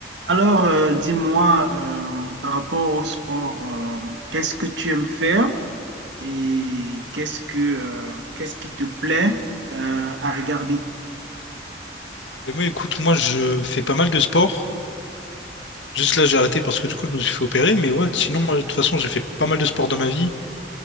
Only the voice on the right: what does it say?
Alors, euh, dis-moi, euh, par rapport au sport, euh, qu'est-ce que tu aimes faire et qu'est-ce que, euh, qu'est-ce qui te plaît euh, à regarder?